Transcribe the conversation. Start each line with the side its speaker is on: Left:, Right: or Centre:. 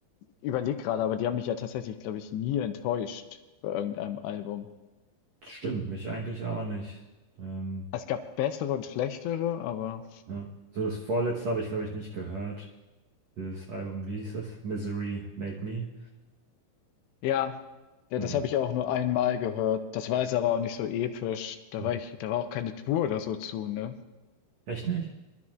Left: ich gerade, aber die haben mich ja tatsächlich, glaube ich, nie enttäuscht bei irgendeinem Album.
Right: stimmt, mich eigentlich auch nicht. Ähm,
Left: Es gab bessere und schlechtere, aber
Right: ja. So das vorletzte habe ich, glaube ich, nicht gehört. Dieses Album, wie hieß das? Misery Made Me.
Left: ja, ja,
Right: Aber
Left: das habe ich auch nur einmal gehört. Das war jetzt aber auch nicht so episch. Da
Right: hm,
Left: war ich da war auch keine Tour oder so zu, ne?
Right: echt nicht?